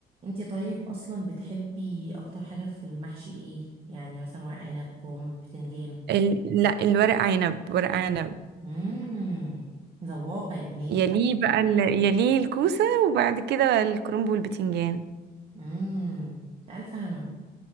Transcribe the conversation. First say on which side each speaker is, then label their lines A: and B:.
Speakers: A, on the right; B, on the right.
A: انتي طيب اصلا بتحبي اكتر حاجة في المحشي ايه؟ يعني مثلا ورق عنب كرنب بتنجان
B: ال... لا الورق عنب ورق عنب
A: امم ذواقة يا جهان
B: يليه بقى ال... يليه الكوسة وبعد كده الكرنب والبتنجان
A: امم ألف هنا